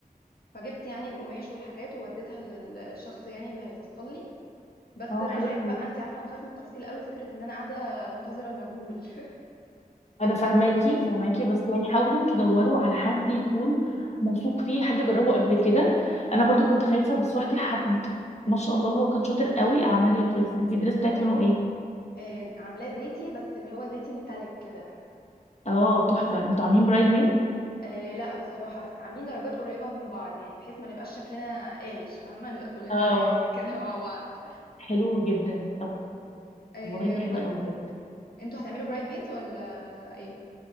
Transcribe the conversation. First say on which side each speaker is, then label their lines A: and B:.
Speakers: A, on the left (about 80°); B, on the left (about 45°).
A: فجبت يعني القماش والحاجات ووديتها للشخص يعني اللي هيفصل لي بس
B: اه
A: بخاف
B: حلوه
A: بقى انت عارفه انا بخاف من التفصيل قوي فكره ان انا قاعده منتظره المجهول <laughs>
B: انا فاهماكي فاهماكي بس يعني حاولوا تدوروا على حد يكون موثوق فيه حد جربه قبل كده انا برضو كنت خايفه بس رحت لحد ما شاء الله هو كان شاطر قوي عمل لي دريس انت الدريس بتاعك لونه ايه
A: آه، عاملاه زيتي بس اللي هو زيتي ميتاليك كده
B: اه تحفه انتوا عاملين برايد ميد
A: آه، لا بصراحه بس عاملين درجات قريبه من بعض يعني بحيث ما نبقاش شكلنا قالش فاهمه نبقى كلنا
B: اه
A: يعني <laughs> كده مع بعض
B: حلو جدا طب
A: آه،
B: والله دي
A: ب...
B: حلوه قوي كده
A: انتوا هتعملوا برايد ميدز ولا ايه